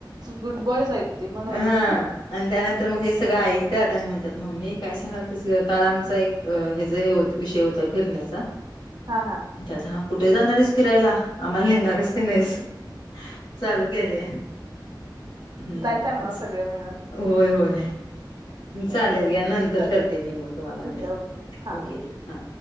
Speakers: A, on the right; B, on the left.
A: गुड बॉयज आहेत ती म्हणून
B: ह. आणि त्यानंतर मग हे सगळं ऐकत्यात, आणि म्हणत्यात मम्मी काय सांगालतीस ग? काल आमचं एक अ हेज हे विषय होता, फिरण्याचा.
A: हा हा.
B: <unintelligible> कुठे जाणार आहेस, फिरायला आम्हाला नेणार आहेस की नाहीस? चालू केलयं, हम्म!
A: जायचंय म्हणा
B: <unintelligible>
A: सगळे मिळून
B: होय होय चालेल,
A: बरं
B: घ्या नंतर
A: चल
B: करते, मी मग तुम्हाला आणि.
A: ठीक आहे ओके हा
B: ओके! हा.